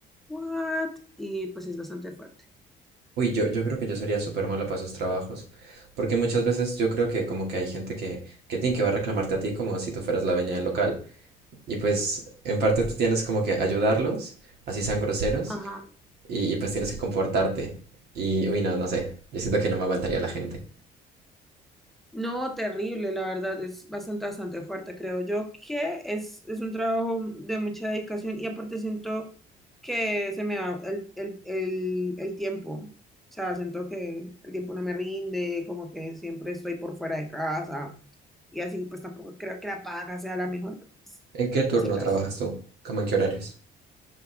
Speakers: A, in the centre; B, on the right.
A: ¿what? Y pues es bastante fuerte.
B: Uy, yo, yo creo que yo sería súper malo para esos trabajos, porque muchas veces yo creo que como que hay gente que, que tiene que va a reclamarte a ti como si tú fueras la dueña del local, y pues en parte tú tienes como que ayudarlos, así sean groseros,
A: Ajá.
B: y, y pues tienes que comportarte, y uy, no, no sé, yo siento que no me aguantaría la gente.
A: No, terrible, la verdad, es bastante, bastante fuerte, creo yo, que es, es un trabajo de mucha dedicación y aparte siento que se me va el, el, el, el tiempo, o sea, siento que el tiempo no me rinde, como que siempre estoy por fuera de casa y así, pues tampoco creo que la paga sea la mejor, pues,
B: ¿En qué turno
A: cositas.
B: trabajas tú? ¿Cómo en qué horarios?